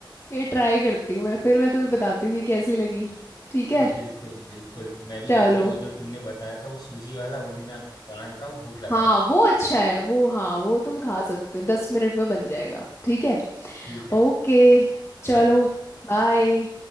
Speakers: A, on the left (about 35°); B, on the left (about 60°).
A: ये ट्राई करती हूँ मैं फिर मैं तुम्हें बताती हूँ कि कैसी लगी ठीक
B: अरे
A: है
B: बिल्कुल बिल्कुल मैं भी
A: चलो
B: जाके वो जो तुमने बताया था वो सूजी वाला वो भी मैं बना लेता हूँ भूख लग
A: हाँ
B: रहा है
A: वो अच्छा है वो हाँ वो तुम खा सकते हो दस मिनट में बन जाएगा ठीक है
B: ठीक है
A: ओके चलो
B: बाय
A: बाय